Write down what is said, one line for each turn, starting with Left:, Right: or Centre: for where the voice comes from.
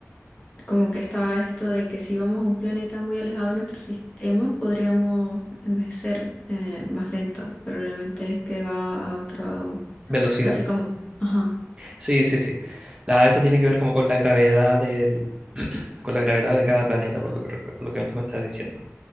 Left: como que estaba esto de que si íbamos a un planeta muy alejado de nuestro sistema, podríamos envejecer eh, más lento, pero realmente es que va a otro,
Right: velocidad.
Left: no sé cómo. Ajá,
Right: Sí, sí, sí. La, eso tiene que ver como con la gravedad del, <clears throat> con la gravedad de cada planeta, por lo que recuerdo, lo que tú me estás diciendo.